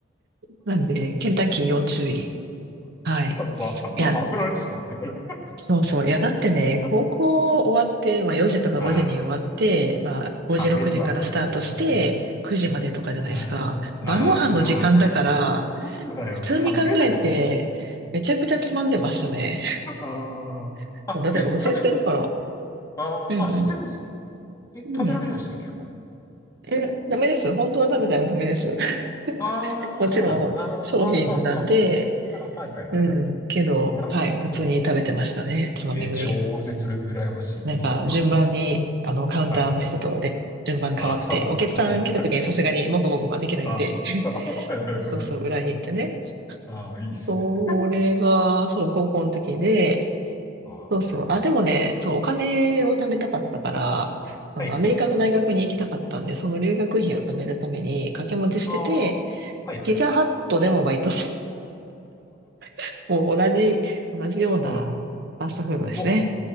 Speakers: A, on the right; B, on the left.
A: なんで、ケンタッキー要注意。はい。
B: まあ、
A: いや、
B: 油ですからね。
A: そうそう。いや、だってね、
B: <laughs>
A: 高校終わって、まあ4時とか5時に終わって、
B: あ
A: まあ5時、
B: あ、食べるわ、
A: 6時からスタートして、
B: それは。うん
A: 9時までとかじゃないですか。
B: ああ、
A: 晩ご飯の時間だから、
B: ああ食べる。そうだよ、
A: 普通に考えて、
B: 食べるよ。
A: めちゃくちゃつまんでましたね。
B: ああ、
A: <laughs>
B: あ、
A: だって同棲してるから。
B: え、食べ、ああ、
A: うんう
B: あ、捨てるんですね。え、食べられるんですね、
A: ん。うん。
B: 結構。
A: え、ダメです。本当は食べたらダメです。<laughs>
B: ああ、
A: もちろん商品なんで、
B: そうなんだ。ああ、ああ、はあ、はあ、はあ、あはい、はい、はい、
A: うん。
B: はい。
A: けど、
B: なるほど、
A: はい、
B: なるほど。
A: 普通に食べてましたね。つまみ食い。
B: えー超絶羨ましい。
A: なんか順番に、
B: いいな。
A: あの、カウンターの人とで順番変わって、
B: はい。ああ、変わって。
A: お客さん来た時にさすがにもぐもぐはできないんで、
B: ああ。
A: <laughs>
B: <laughs> なるほどね。
A: そうそう、裏に行ってね。
B: ああ、いいっすね。
A: それが、そう、高校の時で、
B: ああ、
A: そうそう、
B: 羨ましい。
A: あ、でもね、そう、お金を貯めたかったから、あの、
B: はいはい。
A: アメリカの大学に行きたかったんで、その留学費を貯めるために掛け持ちしてて、
B: ああ、はいはい。
A: ピザハットでもバイトして、<laughs> もう同じ、同じようなファーストフードですね。
B: ああ、もうご、